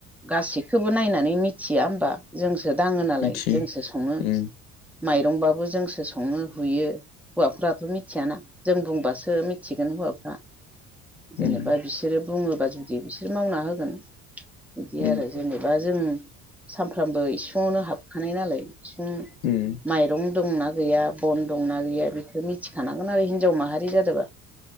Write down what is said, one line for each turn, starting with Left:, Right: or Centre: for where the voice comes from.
Centre: गासैखौबो नायनानै मिथिया होमबा जोंसो दाङो नालाय
Left: मिथियो
Centre: जोंसो सङो
Left: उम
Centre: माइरंबाबो जोंसो सङो हुयो हौवाफ्राथ' मिथियाना जों बुंबासो मिथिगोन हौवाफ्रा
Left: उम
Centre: जेनेबा बिसोरो बुङोबा जुदि बिसोर मावना होगोन बिदि
Left: उम
Centre: आरो जेनेबा जों सामफ्रामबो इसिङावनो हाबखानाय नालाय इसिं
Left: उम
Centre: माइरं दंना गैया बन दंना गैया बेखौ मिथिखानांगोन आरो हिनजाव माहारि जादोंबा